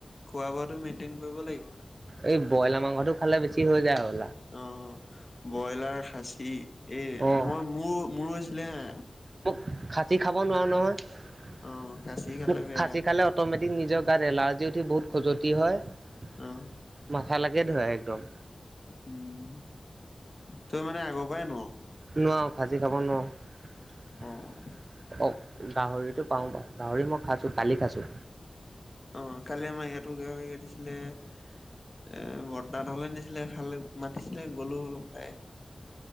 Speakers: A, on the left; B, on the right.
A: খোৱা বোৱা তুমি মেইন্টেইন কৰিব লাগিব।
B: এই ব্ৰইলাৰ মাংসটো খালে বেছি হৈ যায় আৰু।
A: অ' ব্ৰইলাৰ খাচী এই
B: অঁ
A: মই মোৰো মোৰো হৈছিলে হে
B: মোক খাচী খাব নোৱাৰো নহয়।
A: অ খাচী খালে
B: মোক
A: বেয়া
B: খাচী খালে অট'মেটিক নিজৰ গাত এলাৰ্জি উঠি বহুত খজুৱতি হয়।
A: অ
B: মাথা লাকে ধৰে একদম।
A: উম তই মানে আগৰ পৰাই নোৱাৰ
B: নোৱাৰো খাজি খাব নোৱাৰো।
A: অ',
B: গাহৰিটো পাওঁ বাৰ গাহৰি মই খাইছোঁ কালি খাইছোঁ
A: অ' কালি আমাৰ ইয়াতো গাহৰি কাটিছিলে। এ, বৰ্তাত হলে নিছিলে খালে মাতিছিলে গ'লো অলপ খাই